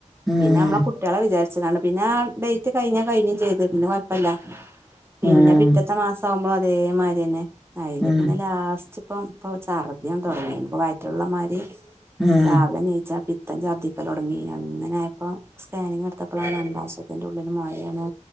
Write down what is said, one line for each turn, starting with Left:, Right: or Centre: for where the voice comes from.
Centre: ഉം
Right: പിന്നെമ്മള കു ട്ട്യളെ വിചാരിച്ചക്കാണ്ട്. പിന്നെ ആഹ് ഡേറ്റ് കഴിഞ്ഞ കഴിഞ്ഞും ചെയ്ത് പിന്നെ കൊഴപ്പല്ല
Centre: ഉം
Right: പിന്നെ പിറ്റ ത്ത മാസാകുമ്പളും അതേമാരിന്നെ അയില്
Centre: ഉം
Right: പിന്നെ ലാസ്റ്റ് പ്പം പ്പൊ ചർദ്ധിയുംതൊടങ്ങീണ്. പ്പ വയറ്റ്ല്ള്ളമാരി
Centre: ഉം
Right: രാവിലെ നീച്ചാ പി പ്പം ചർത്ഥിക്കലൊട്ങ്ങി. അങ്ങനായപ്പോ സ്കാനിങ്ട്ത്തപ്പളാണ് ഗർഭശയത്തിന്റുള്ളിൽ മൊഴേണ്